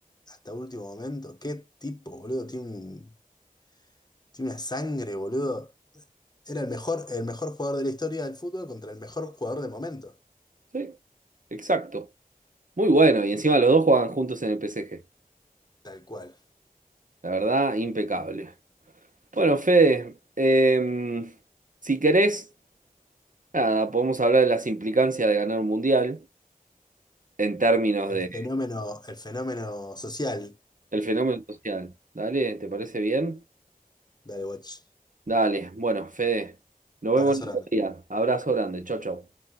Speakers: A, on the left; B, on the right.
A: hasta último momento, qué tipo, boludo, tiene, un- tiene una sangre, boludo. Era el mejor, el mejor jugador de la historia del fútbol contra el mejor jugador de momento.
B: Sí, exacto. Muy bueno. Y encima los dos juegan juntos en el PSG.
A: Tal cual.
B: La verdad, impecable. Bueno, Fede, em, si querés, nada, podemos hablar de las implicancias de ganar un mundial. en términos
A: El
B: de
A: fenómeno, el fenómeno social.
B: el fenómeno social. Dale, ¿te parece bien?
A: Dale, watch.
B: Dale, bueno, Fede, nos
A: Abrazo
B: vemos en
A: grande.
B: otro día. Abrazo grande, chau, chau.